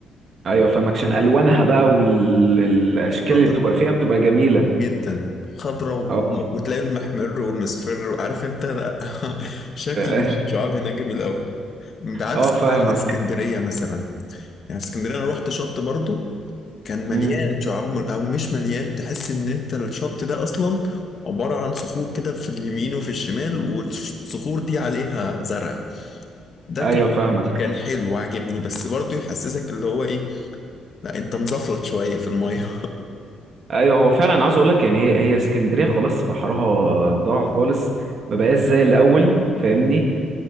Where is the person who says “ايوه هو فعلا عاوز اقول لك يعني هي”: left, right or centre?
Right